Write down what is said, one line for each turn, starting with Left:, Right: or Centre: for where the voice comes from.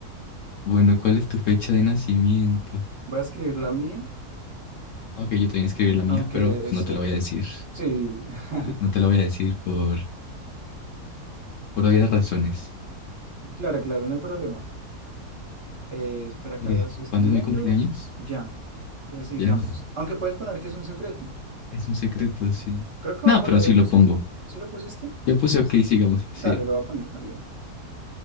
Left: Bueno, ¿cuál es tu fecha de nacimiento?
Right: Voy a escribir la mía,
Left: Ok, yo también escribí la mía,
Right: aunque
Left: pero pues
Right: es...
Left: no te la voy a decir.
Right: Sí, <laughs>
Left: No te lo voy a decir por, por obvias razones.
Right: claro, claro, no hay problema. Eh, espera, acá
Left: Eh,
Right: la estoy escribiendo.
Left: ¿cuándo es mi cumpleaños?
Right: Ya. Entonces sigamos.
Left: Ya.
Right: Aunque puedes poner que es un secreto.
Left: Es un secreto, sí.
Right: Creo que
Left: No,
Right: voy a poner
Left: pero sí
Right: es
Left: lo
Right: un secreto.
Left: pongo.
Right: ¿Sí lo pusiste?
Left: Yo puse ok, sigamos.
Right: Dale,
Left: Sí.
Right: lo voy a poner también.